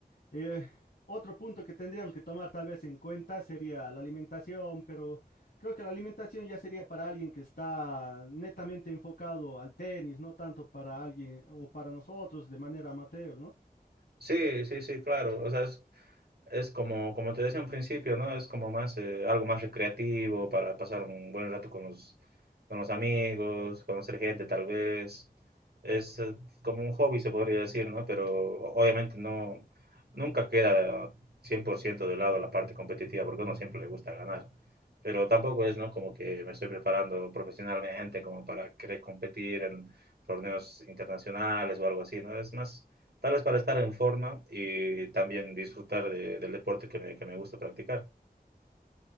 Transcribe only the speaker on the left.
Eh, otro punto que tendríamos que tomar tal vez en cuenta sería la alimentación, pero creo que la alimentación ya sería para alguien que está netamente enfocado al tenis, no tanto para alguien o para nosotros de manera amateur, ¿no?